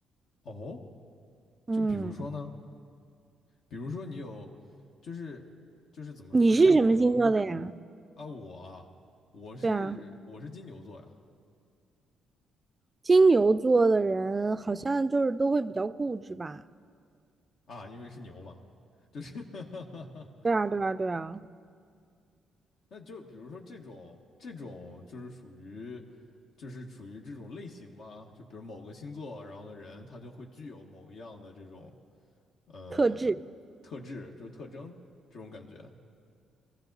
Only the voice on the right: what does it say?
嗯，
你是什么星座的呀？
对啊，金牛座的人好像就是都会比较固执吧？
对啊，对啊，对啊，
特质。